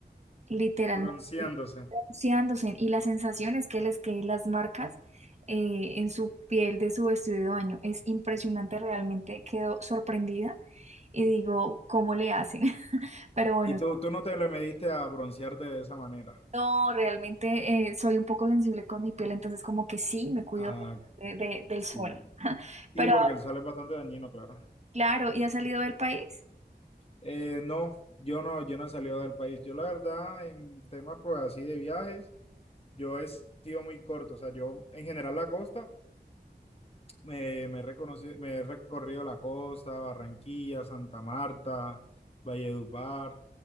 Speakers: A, on the right; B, on the left.
A: literalmente
B: bronceándose.
A: bronceándose. Y la sensación es que les queden las marcas eh, en su piel de su vestido de baño. Es impresionante, realmente quedo sorprendida y digo, ¿cómo le hacen? <laughs> Pero bueno,
B: Y tú, tú no te le mediste a broncearte de esa manera.
A: No, realmente eh, soy un poco sensible con mi piel, entonces como que sí, me cuido
B: Ah,
A: de- de- del
B: sí,
A: sol. <laughs>
B: sí,
A: Pero
B: porque el sol es bastante dañino, claro.
A: claro, ¿y has salido del país?
B: Eh, no, yo no, yo no he salido del país. Yo la verdad, en temas pues así de viajes, yo he sido muy corto, o sea, yo en general la costa. Me, me, he reconocido- me he recorrido la costa, Barranquilla, Santa Marta, Valledupar.